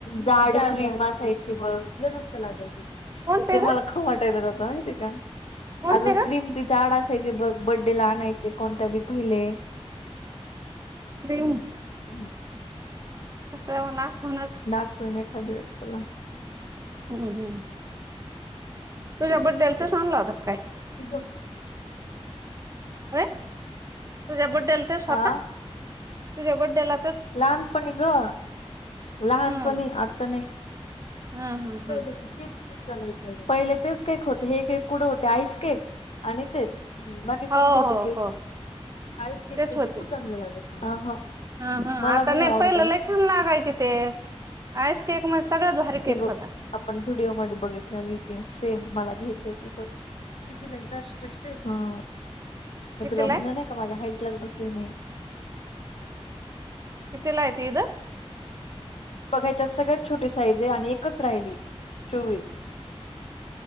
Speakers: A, on the left; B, on the right.
A: जाड क्रीम असायची बघ, लई मस्त लागायची.
B: कोणते
A: ते मला
B: ग
A: खाऊ वाटायलेत आता माहिती का.
B: कोणते
A: अगं क्रीम
B: ग
A: ती जाड असायची बघ, बडे ला आणायचे. कोणत्या बी पहिले
B: क्रीम्स.
A: हम्म्.
B: तसं ही काय मला आठवणाच.
A: दाखवेन, एखादे वेळेस तुला.
B: हम्म्, हम्म. तुझ्या बडेला तसा आणला होता कि काय?
A: हे बघ.
B: होय? तूझ्या बडेला त्योच होता?
A: आ
B: तूझ्या बडेला
A: लहानपणी गं, लहानपणी.
B: हम्म
A: आता नाही.
B: हम्म हम्म
A: पहीलेच
B: हम्म
A: तेच केक आणायचे, पहिले तेच केक होते. हे केक कुठं होते, आईस केक. आणि तेच. बाकी
B: हा
A: कोणते
B: हो
A: होते
B: हो
A: केक?
B: हो
A: आईस केक
B: तेच
A: तर,
B: होते
A: बिलकुल चांगला लागत नाही. ह, ह.
B: हा, हा
A: मला
B: आता
A: बी
B: नाही.
A: आवडत
B: पहिले लई छान, लागायचे ते. आईसकेक म सगळ्यात भारी केक
A: हे बघ,
B: होता
A: आपण झुडिओ मध्ये बघितलेली ही जिन्स सेम मला घ्यायची होती बघ. कितीला आहे चारशे पंचेचाळीस? हा.
B: कितीला
A: मी तुला म्हणलं
B: आहे
A: नाही का, माझ्या हाईटलाच बसली नाही.
B: कितीला आहे ती, इदं?
A: बघा ह्याच्यात, सगळ्यात छोटी साईज हेय आणि एकच राहिली, चोवीस.